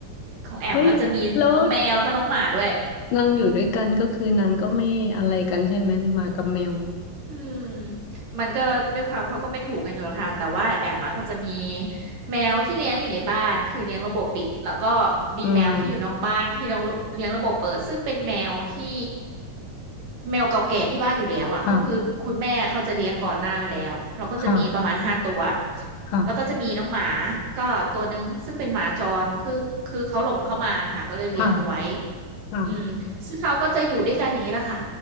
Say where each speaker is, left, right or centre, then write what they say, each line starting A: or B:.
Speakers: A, on the right; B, on the left.
A: ของแอมก็จะมีน้องแมวแล้วก็น้องหมาด้วย
B: เฮ้ยแล้วนางอยู่ด้วยกันก็คือนางก็ไม่อะไรกันใช่ไหมหมากับแมว
A: อืมมันก็ด้วยความเขาก็ไม่ถูกกันอยู่หรอกค่ะแต่ว่าแอมมาก็จะมีแมวที่เลี้ยงอยู่ในบ้านคือเลี้ยงระบบปิดแล้วก็มีแมวที่อยู่นอกบ้านที่เราเลี้ยงระบบเปิดซึ่งเป็นแมวที่
B: อืม
A: แมวเก่าแก่ที่บ้านอยู่แล้วอ่ะก็คือคุณแม่เขาจะเลี้ยงก่อนหน้าไว้แล้วเราก็จะมีประมาณห้าตัว
B: ค่ะ ค่ะค่ะ
A: แล้วก็จะมีน้องหมาก็ตัวนึงซึ่งเป็นหมาจรคือคือเขาหลงเข้ามาค่ะก็เลยเลี้ยงเขาไว้
B: ค่ะค่ะ
A: อืมซึ่งเขาก็จะอยู่ด้วยกันอย่างนี้แหละค่ะ